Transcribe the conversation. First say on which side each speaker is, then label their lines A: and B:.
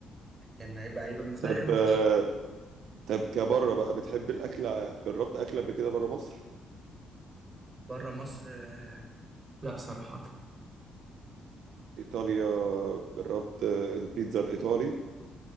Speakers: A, on the right; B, on the right.
A: كان هيبقى هيبقى بالنسبه
B: طب
A: لي حلو
B: آه،
A: فشخ
B: طب كبره بقى بتحب الاكل ع- جربت اكل قبل كده بره مصر
A: بره مصر آه، لا صراحه
B: ايطاليا جربت آه، البيتزا الايطالي